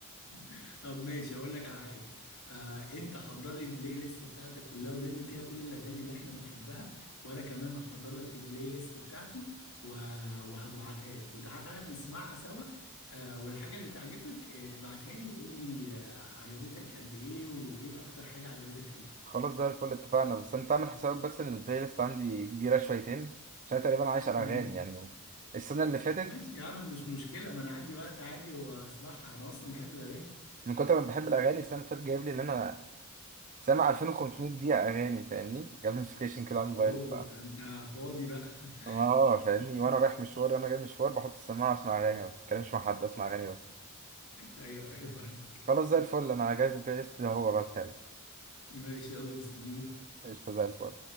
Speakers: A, on the left; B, on the right.
A: <laughs> طب ماشي اقول لك على حاجه آه، انت حضر لي البلاي ليست بتاعتك كلها ولم فيها كل الاغاني اللي احنا بنحبها وانا كمان هحضر لك البلاي ليست بتاعتي و... وهبعتها لك وتعالى نسمعها سوا آه، والحاجه اللي تعجبك آه، ابعتها لي وقول لي آه، عجبتك قد ايه وايه اكتر حاجه عجبتك فيها
B: خلاص زي الفل اتفقنا بس انت اعمل حسابك بس ان البلاي ليست عندي كبيره شويتين عشان أنا تقريبا عايش على
A: مم.
B: اغاني يعني السنه اللي فاتت
A: ماشي يا عم مش مشكلة ما أنا عندي وقت عادي وأسمعها أنا أصلا بحب الأغاني
B: من كتر ما بحب الاغاني السنه اللي فاتت جايب لي ان انا سامع 2500 دقيقه اغاني فاهمني جاب نوتيفيكيشن كده على الموبايل
A: أوه
B: ف
A: ده أنت فاضي بقى <laughs>
B: اه فاهمني وانا رايح مشوار وانا جاي مشوار بحط السماعه اسمع اغاني ما بتكلمش مع حد اسمع اغاني بس
A: أيوه أيوه فاهم
B: خلاص زي الفل انا جاهز البلاي ليست ده هو بعتها لك
A: ماشي يلا مستنيك
B: قشطه زي الفل